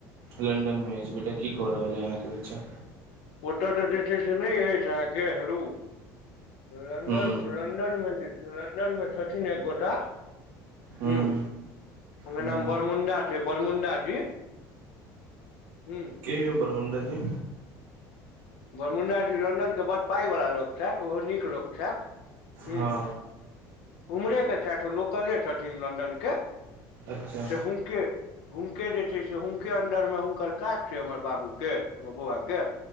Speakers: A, on the right (about 80°); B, on the left (about 80°).
A: लंडन मे अइछ बेटा, की कऽ रहल अइछ अहाँके बच्चा?
B: ओतय तऽ जे छै से नहि अछि अहाँके हेलू। लन्दन-
A: हूँ
B: लन्दनमें- लन्दनमे छथिन एक गोटा।
A: हूँ
B: हूं ओकर
A: हूँ
B: नाम बरमुंडा छै बरमुंडा जी। हूँ
A: केयो बरमुंडा जी।
B: बरमुण्डा जी लंडनके बड़ पाइवला लोक छैथ, ओहो नीक लोक छैथ हूं।
A: हँ
B: उम्हरे के छैथ, ओ लोकले छथिन लन्दन के,
A: अच्छा
B: से हुनके हुनके जे छै, से हुनके अन्दर में हुनकर काज छै, हमर बाबू के हमर बौआ के।